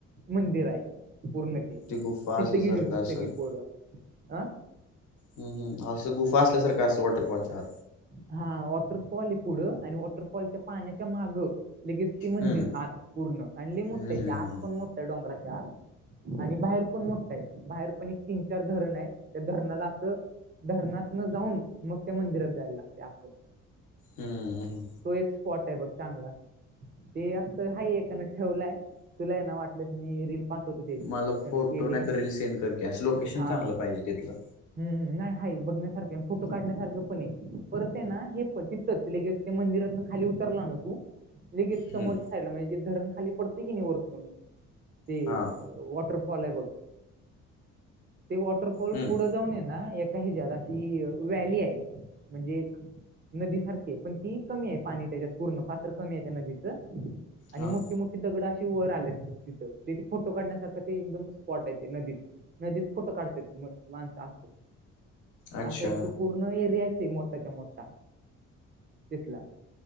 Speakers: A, on the right; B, on the left.
A: मंदिराय पूर्ण. तिथं
B: ती गुफा असल्यासारखं
A: गेली होतीत
B: असेल
A: सगळी पोर अं.
B: हम् हम असं गुफा असल्या सारखं असतं वॉटरफॉलच्या आत.
A: हा वॉटरफॉल आहे पुढं आणि वॉटरफॉलच्या पाण्याच्या माग लगेच ते मंदिर
B: हम्म
A: आत पूर्ण आण लई मोठाय
B: हम्म हम्म
A: ते आत
B: हम्म
A: पण मोठाय डोंगराच्या आत. आणि बाहेर पण मोठाय. बाहेर पण एक तीन चार धरण आहेत. त्या धरणाला असं धरणात न जाऊन मग त्या मंदिरात जायला लागतय असं.
B: हम्.
A: तो एक स्पॉट आहे बघ चांगला. ते आत्ता हा एकान ठेवलाय तुला ना वाटल्यास मी रील. पाठवतो तेजी
B: मला
A: त्यान
B: फोटो
A: केलीय
B: नाही तर रील सेंड कर की असं लोकेशन
A: हा.
B: चांगलं पाहिजे तिथलं
A: हम्म हम्म नाही हाय बघण्यासारखं फोटो काढण्यासारखं पणय परत आहे ना हे पण तिथंच. लगेच त्या मंदिरातन खाली उतरला न तू लगेच
B: हम्म
A: समोरच्या साईडला म्हणजे धरण खाली पडतय की नाही वरतून ते
B: हा
A: वॉटरफॉल आहे बघ ते वॉटरफॉल
B: हम्म
A: पुढं जाऊन ये ना एक त्या हे ज्यात अशी वॅली आहे म्हणजे एक नदीसारखीय. पण ती कमी आहे पाणी त्याच्यात पूर्ण पात्र कमी आहे त्या नदीचं आणि
B: हा
A: मोठी मोठी. ती दगड अशी वर आलेत तिथं तिथ फोटो काढण्यासारखं ते एकदम स्पॉट आहे ते नदीत. नदीत फोटो काढतेत मग माणसं अस.
B: अच्छा
A: असा एक तो पूर्ण एरियाच आहे मोठाच्या मोठा. तीथला.